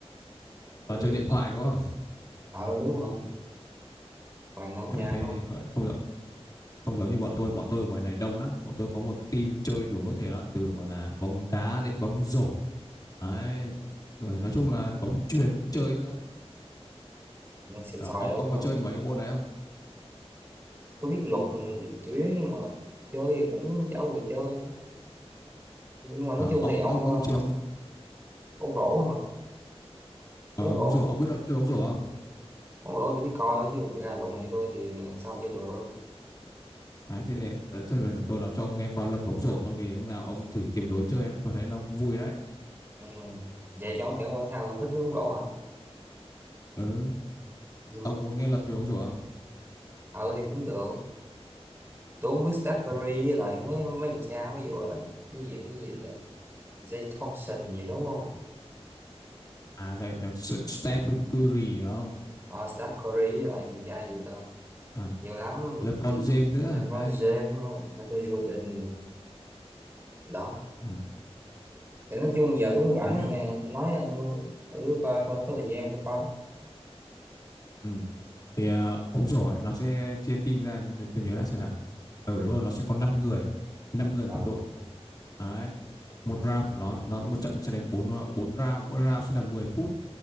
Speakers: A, on the right (about 20°); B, on the left (about 35°).
A: Ui,
B: toàn chơi điện thoại đúng không? <laughs>
A: ờ đúng rồi toàn đóng
B: Đấy,
A: nhà
B: thế
A: con
B: thì khỏi- không được. không giống như bọn tôi bọn tôi ngoài này đông lắm bọn tôi có một team chơi đủ các thể loại từ gọi là bóng đá đến bóng rổ đấy rồi
A: ừ.
B: nói chung là bóng chuyền cũng chơi nữa
A: nghe xịn
B: Ờ,
A: sòi
B: ông
A: đúng
B: ông có
A: rồi
B: chơi mấy cái môn đấy không
A: tôi biết luật ừ, chủ yếu nhưng mà chơi thì cũng chả người chơi nhưng mà nói
B: Ờ,
A: chung
B: ông
A: thì ông
B: ông ông
A: ờ,
B: chơi bóng
A: ông rổ hả
B: ờ,
A: ông rổ
B: bóng rổ ông biết là chơi bóng rổ không
A: ông rổ tôi biết coi chứ ra lùn như tôi thì sao chơi được
B: đấy thế để đấy, thế bây giờ tôi nói cho ông nghe qua luật bóng rổ xong thì lúc nào ông thử kiếm đối chơi em tôi thấy nó cũng vui đấy
A: ừ. vậy cho cảm ơn thao không thích uống rổ hả
B: ừ
A: ừ.
B: ông có muốn nghe luật về bóng rổ không
A: ờ thì cũng được tôi không biết Steph Curry
B: đấy.
A: với lại mấy mấy thằng cha ví dụ là cái gì cái gì Zay Thompson gì đúng không
B: à dạy Stephen Curry hiểu không
A: ờ Steph Curry với lại thằng cha gì ta
B: à
A: nhiều lắm
B: LeBron James nữa
A: LeBron
B: đây.
A: James Michael Jordan đó
B: Ừ.
A: thì nói chung giờ tôi cũng rảnh
B: đấy
A: rồi nghe nói ừ, thử coi coi có thời gian tôi coi
B: Ừ. Thì ờ, bóng rổ ấy, nó sẽ chia team ra thì tôi, tôi nhớ đã xem nào. Ở đúng rồi, nó sẽ có năm người, năm người
A: ờ
B: một đội. Đấy. Một round của nó nó một trận nó sẽ đánh bốn ờ, 4 round, mỗi round sẽ là 10 phút.